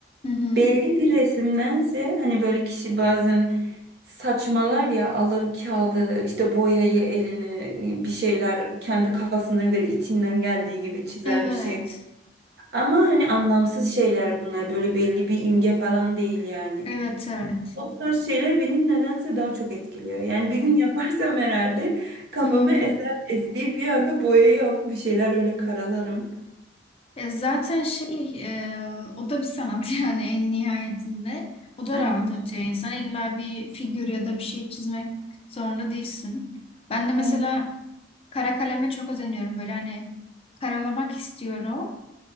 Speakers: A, on the left (about 35°); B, on the right (about 65°).
A: Hı hı.
B: belli bir resimdense hani böyle kişi bazen saçmalar ya alır kağıdı işte boyayı elini bir şeyler kendi kafasına göre içinden geldiği gibi çizer
A: Evet.
B: bir şey. Ama hani anlamsız şeyler bunlar böyle belli bir imge falan değil yani.
A: Evet, evet.
B: O tarz şeyler beni nedense daha çok etkiliyor. Yani bir gün yaparsam herhalde kafamı
A: Hı hı.
B: eser estiği bir anda boyayı alıp bir şeyler öyle karalarım.
A: E, zaten şey e, o da bir sanat <laughs> yani en nihayetinde. O da
B: Aynen
A: rahatlatıyor
B: öyle.
A: insan. İlla bir figür ya da bir şey çizmek zorunda değilsin. Ben de mesela
B: Aynen.
A: kara kaleme çok özeniyorum. Böyle hani karalamak istiyorum.